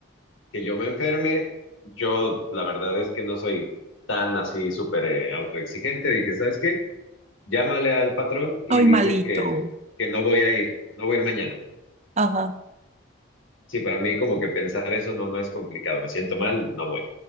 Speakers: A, on the left; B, on the right.
A: que yo me enferme, yo la verdad es que no soy tan así súper eh, autoexigente. Dije, ¿sabes qué? Llámale al patrón
B: estoy
A: y dile
B: malito.
A: que, que no voy a ir, no voy a ir mañana.
B: Ajá,
A: Sí, para mí como que pensar eso no, no es complicado, me siento mal, no voy.